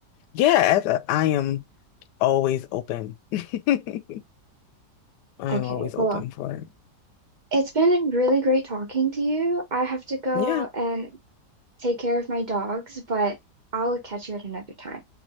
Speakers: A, on the left; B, on the right.
A: Yeah, as a- I am always open. <laughs> I
B: Okay,
A: am always open
B: well,
A: for it.
B: it's been really great talking to you. I have to go
A: Yeah.
B: and take care of my dogs, but I'll catch you at another time.